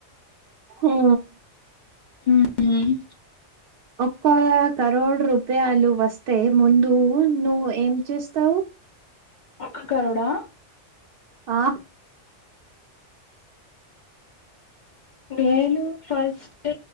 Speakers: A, on the right; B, on the left.
A: ఆ
B: ఉమ్
A: ఒక్క కరోడు రూప్యాలు వస్తే ముందు నువ్వు ఏం చేస్తావు
B: ఒక్క కరోడా
A: ఆ
B: నేను ఫస్ట్